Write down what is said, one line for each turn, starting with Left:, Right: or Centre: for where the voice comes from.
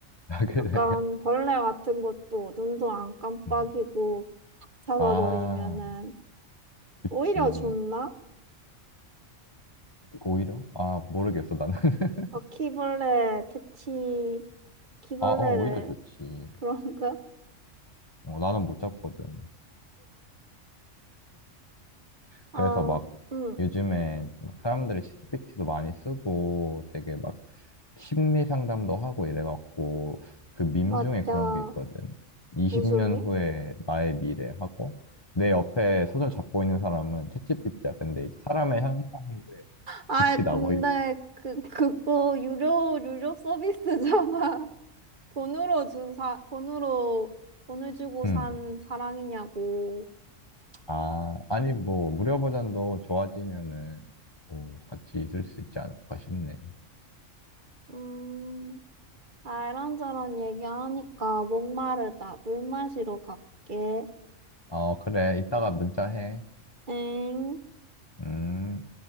Left: <laughs> 아, 그래.
Right: 약간 벌레 같은 것도 눈도 안 깜빡이고
Left: 음.
Right: 잡아버리면은
Left: 아, 그치.
Right: 오히려 좋나?
Left: 오히려? 아, 모르겠어, 나는. <laughs>
Right: 바퀴벌레 퇴치, 바퀴벌레를,
Left: 아, 어, 오히려 좋지.
Right: <laughs> 그런가?
Left: 어, 나는 못 잡거든.
Right: 아,
Left: 그래서 막
Right: 응,
Left: 요즘에 막 사람들이 ChatGPT도 많이 쓰고 되게 막 심리 상담도 하고 이래갖고 그 밈
Right: 맞아.
Left: 중에 그런 게 있거든. 20년
Right: 무슨 미?
Left: 후에 나의 미래 하고 내 옆에 손을 잡고 있는 사람은 챗GPT야. 근데 이제 사람의 형상인데
Right: 아,
Left: 빛이 나고
Right: 근데
Left: 있...
Right: 그 그거 유료 유료 서비스잖아. <laughs> 돈으로 준 사, 돈으로 돈을 주고 산
Left: 음.
Right: 사랑이냐고.
Left: 아, 아니 뭐 무료 버전도 좋아지면은 뭐 같이 있을 수 있지 않을까 싶네.
Right: 음, 아, 이런저런 얘기하니까 목마르다. 물 마시러 갈게.
Left: 어, 그래. 이따가 문자해.
Right: 엥.
Left: 음.